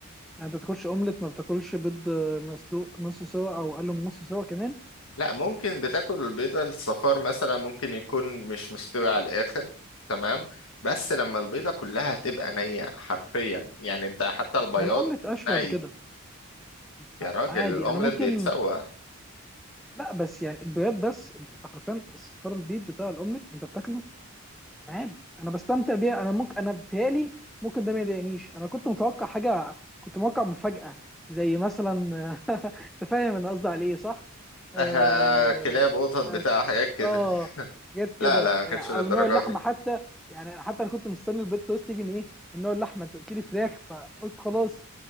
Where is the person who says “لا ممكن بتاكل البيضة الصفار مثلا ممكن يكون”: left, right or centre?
Left